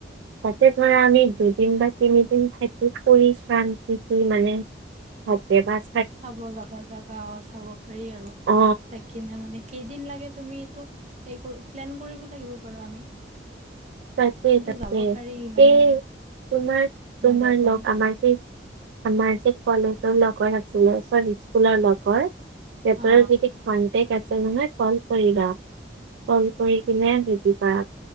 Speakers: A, on the right (about 80°); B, on the right (about 40°).
A: তাতে ধৰা আমি দুদিন বা তিনিদিন ঠাইত ফুৰি চাম <unintelligible> মানে <unintelligible>
B: চাব লগা জেগা অ' চাব পাৰি আৰু
A: অ
B: তাক কিনে মানে- কেইদিন লাগে তুমি এইটো প্লেন কৰিব লাগিব পাৰো নেকি আমি।
A: তাতে-তাকে।
B: কিন্তু যাব পাৰি
A: সেই
B: মানে
A: তোমাৰ-তোমাৰলোক
B: মই যাই পোৱা নাই
A: আমাৰ যে- আমাৰ যে কলেজৰ লগৰ আছিলে। স্কুলৰ লগৰ-
B: অ
A: কনটেক্ট আছে নহয় ফোন কৰিবা, ক'ল কৰি কেনে সুধিবা-